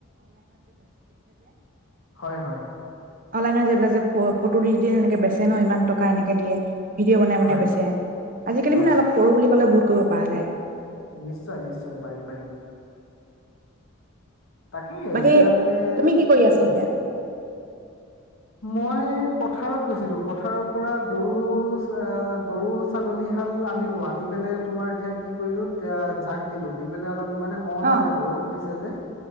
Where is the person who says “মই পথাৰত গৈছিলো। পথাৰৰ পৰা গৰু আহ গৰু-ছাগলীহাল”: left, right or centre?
Left